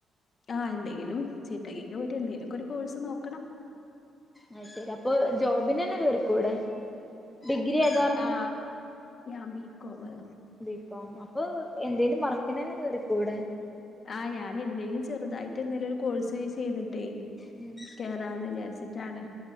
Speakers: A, on the left (about 40°); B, in the centre.
A: ആഹ് എന്തെങ്കിലും ചിട്ടക്കക്ക് ഒരു എന്തേലും ഒക്കെ ഒരു കോഴ്സ് നോക്കണം.
B: അത് ശരി അപ്പൊ ജോബിനന്നെ കേറിക്കൂടെ ഡിഗ്രി ഏതാർന്നു
A: ആഹ് ഞാൻ ബീക്കോമ്
B: ബീകോംഅപ്പൊ എന്തേലും വർക്കിനെന്നെ കേറിക്കൂടെ
A: ആ ഞാന എന്തേലും ചെറുതായിട്ട് എന്തേലും ഒരു കോഴ്സ് ചെയ്തിട്ടേ
B: ഉം
A: കേറാന്ന് വിചാരിച്ചിട്ടാണ്